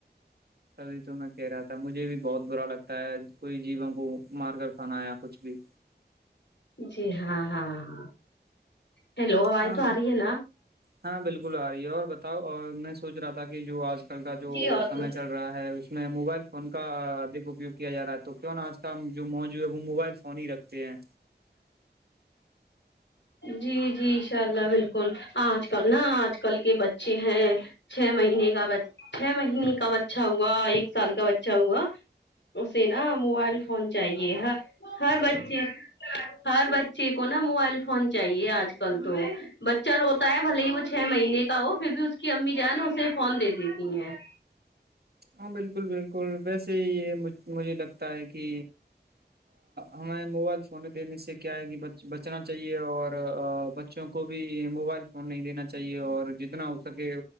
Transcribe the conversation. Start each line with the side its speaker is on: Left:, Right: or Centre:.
Right: سبھی تو میں کہہ رہا تھا مجھے بھی بہت برا لگتا ہے کوئی جیووں کو مار کر کانا یا کچھ بھی
Left: جی ہاں ہاں ہاں ہیلو آواز
Right: ہاں
Left: تو آ رہی ہے نا
Right: ہاں بالکل آ رہی ہے اور بتاؤ اور میں سوچ رہا تھا کہ جو آج کل کا جو
Left: جی اور
Right: سمے
Left: تو
Right: چڑھ رہا رہا ہے اس میں موبائل فون کا ادک اپیوگ کیا جا رہا ہے تو کیوں آج کا جو موجو ہے وہ موبائل سے فانی رکھتے ہیں
Left: جی جی ان شاء اللہ بالکل آج کل نا آج کل کے بچے ہیں چھ مہینے کا چھ مہینے کا بچہ ہوا ایک سال کا بچہ ہوا اسے نا موبائل فون چاہیے ہ ہر بچے ہر بچے کو نا موبائل فون چاہیے آج کل تو بچہ روتا ہے بھلے ہی وہ چھ مہینے کا ہو پھر بھی اس کی امی جو ہے نا اسے فون د دیتی ہیں
Right: ہاں بالکل بالکل ویسے ہی یہ مجھے لگتا ہے کہ ہمیں موبائل فون دینے سے کیا ہے کہ بچنا چاہیے اور بچوں کو بھی موبائل فون نہیں دینا چاہیے اور جتنا ہو سکے